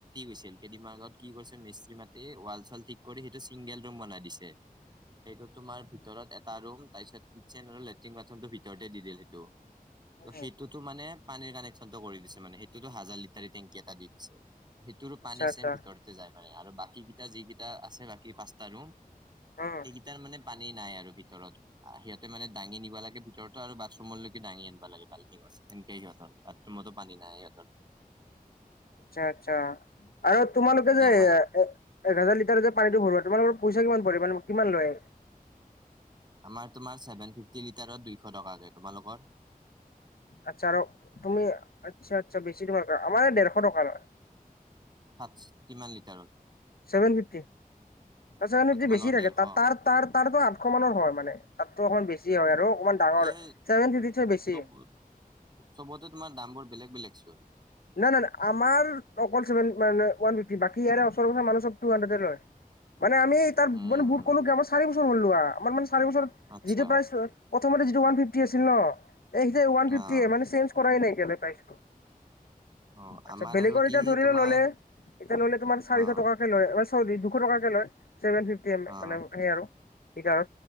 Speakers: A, on the right; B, on the left.
A: গৈছিল কেইদিনমানৰ আগতে কি কৰিছে মিস্ত্ৰী মাতি ৱাল চাল ঠিক কৰি সেইটো চিংগল ৰুম বনাই দিছে। সেইটো তোমাৰ ভিতৰত এটা ৰুম তাৰপিছত কিটচেন আৰু লেট্ৰিন বাথৰুমটো ভিতৰতে দি দিলে সেইটো। ত'
B: উম
A: সেইটোতো মানে। পানীৰ কানেকশ্যন টো কৰি দিছে মানে সেইটোতো হাজাৰ লিটাৰ টেংকি এটা দি দিছে। সেইটোৰো
B: আচ্ছা
A: পানী
B: আচ্ছা
A: চেম ভিতৰতে যাই পাৰে আৰু বাকী কেইটা যি কেইটা আছে বাকী পাঁচ্তটা ৰুম। সেইকেইটাৰ
B: উম
A: মানে পানী নাই আৰু ভিতৰত। আহ সিহঁতে মানে দাঙি নিব লাগে ভিতৰতো আৰু বাথৰুমৰলৈকে দাঙি আনিব লাগে বালটি আছে সেনেকে সিহঁতৰ। বাথৰুম মত পানী নাই ইহঁত।
B: আচ্ছা আচ্ছা আৰু তোমালোকে
A: বাকী
B: যে।
A: আমাৰ
B: এক হাজাৰৰ যে পানীটো ভৰোৱাা তোমালোকৰ পইচা কি পৰি পৰে মান কিমান লয়।
A: আমাৰ তোমাৰ চভেন ফিফটি লিটাৰত দুইশ টকাকে তোমালোকৰ।
B: আচ্ছা আৰু তুমি আচ্ছা আচ্ছা বেছি তোমাৰ আমাৰ ডেৰশ টকা লয়।
A: সাত, কিমান লিটাৰত।
B: ছেভেন ফিফটি ছেভেন
A: অ
B: ফিফটি
A: তোমালোকৰ
B: বছি থাকে
A: ডেৰশ
B: তাৰ। তাৰ তাৰো আঠশ মানৰ হয় মানে তাতো অকণ বেছি হয় আৰু অকণমান ডাঙৰ
A: এ
B: চছেভেন ফিফটি হয় বেছি।
A: চব চবতে তোমাৰ দামবোৰ বেলেগ বেলেগ চোন।
B: নাই নাই নাই আমাৰ অকলভেন ৱান ফিফটি বাকী ইয় ওচৰৰ মানুহৰ হাড্ৰেড লয়। <inaudible> মানে আমি তাৰ
A: উম
B: মানে বুত কলো কি আাৰি বছৰ হ'লোৱা আমাৰ মানে চাৰি বছৰত
A: আচ্ছা
B: যিটো প্ৰাই প্ৰথমতে যিটো ওৱান ফিফটি আছিল ন সেইয়া ওৱান
A: অ',
B: ফিফটিয় মানে চেঞ্জ কৰাই নাইক পাইছিলো।
A: অ',
B: আচ্া
A: আমাৰ
B: বেলেগৰ
A: আৰু কি
B: এয়া ধৰিলো
A: তোমাৰ
B: ললে এতিয়া ল'লে তোমাৰ চাৰিশ
A: অ',
B: টকা। চ দুশ টকে লয়ভেন ফিফটি মোন
A: অ',
B: আৰু লিটাৰ।